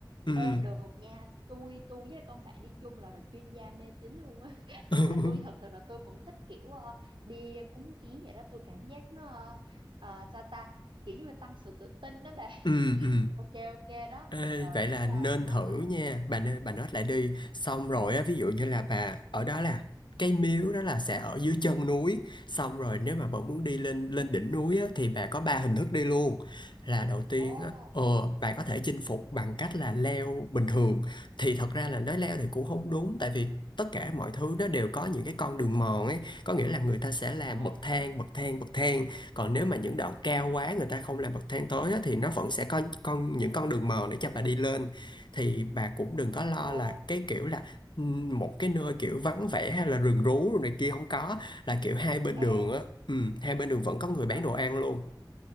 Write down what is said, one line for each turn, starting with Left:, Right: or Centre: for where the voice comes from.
Left: ừ
Right: ê được nha tôi tôi với con bạn đi chung là chuyên gia mê tín luôn á <laughs>
Left: <laughs>
Right: mà tôi thật sự là tôi cũng thích kiểu ờ, đi cúng kiến vậy đó tôi cảm giác nó ờ, ờ, sao ta kiểu như là tăng sự tự tin đó bà
Left: ừ
Right: <laughs>
Left: ừ
Right: ok ok đó
Left: Ê,
Right: rồi
Left: vậy
Right: để
Left: là
Right: à,
Left: nên
Right: tôi nói
Left: thử
Right: lại
Left: nha bà nên bà nói lại đi
Right: ừ
Left: xong rồi
Right: ừ
Left: á ví dụ như là bà ở đó là cái miếu đó là sẽ ở dưới chân núi xong rồi nếu mà
Right: Ừ.
Left: bà muốn đi lên lên đỉnh núi á, thì bà có ba hình thức đi luôn là đầu tiên
Right: Ô
Left: á ờ, bà có thể chinh phục bằng cách là leo bình thường thì thật ra là nói leo thì cũng không đúng tại vì tất cả mọi thứ nó đều có những cái con đường mòn ấy có nghĩa là người ta sẽ làm
Right: à
Left: bậc thang bậc thang bậc thang còn nếu mà những đoạn cao quá người ta không làm bậc thang tối á, thì nó vẫn sẽ có con những con đường mòn để cho bà đi lên thì bà cũng đừng có lo
Right: ô
Left: là cái kiểu là ừm, một cái nơi kiểu vắng vẻ hay là rừng rú rồi này kia không có là kiểu hai bên
Right: ê
Left: đường á ừm, hai bên đường vẫn có người
Right: mới
Left: bán đồ ăn luôn